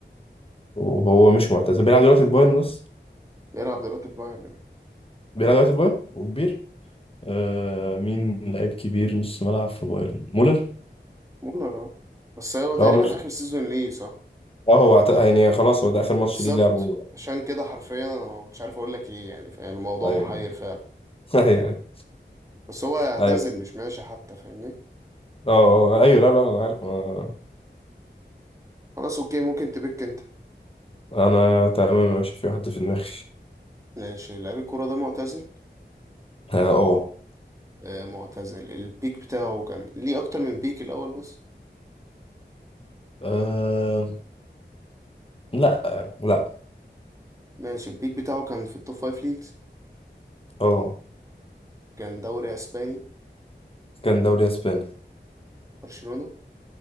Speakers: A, on the left; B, on the right.
A: وهو مش معتزل بيلعب دلوقتي في بايرن بس
B: بيلعب دلوقتي في بايرن
A: بيلعب دلوقتي في بايرن وكبير آه مين لعيب كبير نص ملعب في بايرن مولر
B: مونر اه بس هو تقريبا
A: اه مش
B: اخر سيزون ليه صح
A: اه هو عت... يعني خلاص هو ده اخر ماتش
B: بالظبط
A: ليه لعبه
B: عشان كده حرفيا انا ما كنتش عارف اقول لك ايه يعني فاهم الموضوع
A: ايوه
B: محير
A: <laughs>
B: فعلا
A: ايوه ايوه
B: بس هو هيعتزل
A: ايوه
B: مش ماشي حتى فاهمني
A: اه آه، ايوه لا لا انا عارف آه،
B: خلاص اوكي ممكن تبيك انت
A: انا تمام مش في حد في دماغي
B: ماشي لعيب الكوره ده معتزل
A: اه اه
B: آه معتزل البيك بتاعه كان ليه اكتر من بيك الاول بس
A: آه، لا لا
B: ماشي البيك بتاعه كان في التوب فايف ليجز
A: اه
B: كان دوري اسباني
A: كان دوري اسباني
B: برشلونة